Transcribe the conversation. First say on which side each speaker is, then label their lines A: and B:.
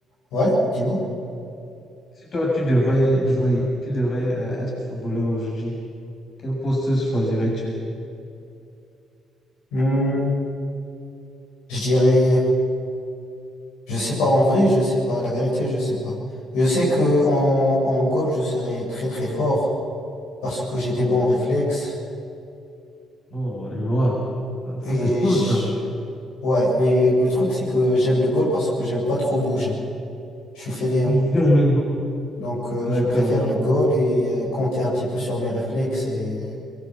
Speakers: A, on the left; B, on the left.
A: ouais, dis-moi.
B: Si toi, tu devrais jouer, tu devrais euh, être footballeur aujourd'hui, quel poste choisirais-tu?
A: Hmm, je dirais, je sais pas en vrai, je sais pas. La vérité, je sais pas. Je sais que en, en goal, je serais très très fort parce que j'ai des
B: Oh,
A: bons réflexes.
B: oh, je vois. Ah, Ça,
A: Et
B: c'est cool,
A: je...
B: ça.
A: ouais, mais le truc, c'est que j'aime le goal parce que j'aime pas trop bouger. Je suis fainéant.
B: <laughs>
A: Donc, euh,
B: D'accord.
A: je préfère le goal et euh, compter un petit peu sur mes réflexes et euh,